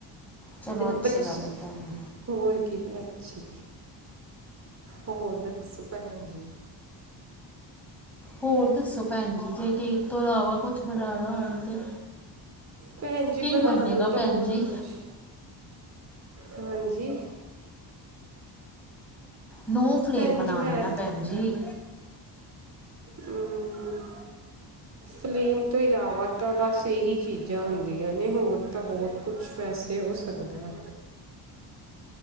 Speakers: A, in the centre; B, on the right (about 35°).
A: ਚਲੋ ਅੱਛੀ
B: ਬੱਚੇ।
A: ਗੱਲ ਹੈ ਭੈਣ
B: ਹੋਰ ਕੀ ਭੈਣ ਜੀ। ਹੋਰ ਦੱਸੋ ਭੈਣ ਜੀ।
A: ਹੋਰ ਦੱਸੋ ਭੈਣ ਜੀ ਜੇ ਕੇਕ ਤੋਂ ਇਲਾਵਾ ਕੁਛ ਬਣਾਉਣਾ ਹੋਵੇ ਤੇ।
B: ਭੈਣ ਜੀ
A: ਕੀ
B: ਬਣਾਉਣ
A: ਬਨੇਗਾ
B: ਨੂੰ ਤਾਂ
A: ਭੈਣ
B: ਬਹੁਤ
A: ਜੀ।
B: ਕੁਛ ਹਾਂਜੀ,
A: ਨੋ ਫਲੇਮ
B: ਭੈਣ
A: ਬਣਾਉ
B: ਜੀ ਮੈਂ
A: ਲੋ ਨਾ ਭੈਣ ਜੀ,
B: ਹੂੰ, ਫਲੇਮ ਤੋਂ ਇਲਾਵਾ ਤਾਂ ਬਸ ਇਹੀ ਚੀਜ਼ਾਂ ਹੁੰਦੀਆਂ, ਨੇ ਹੋਰ ਤਾਂ ਬਹੁਤ ਕੁਛ ਵੈਸੇ ਤੇ ਹੋ ਸਕਦਾ,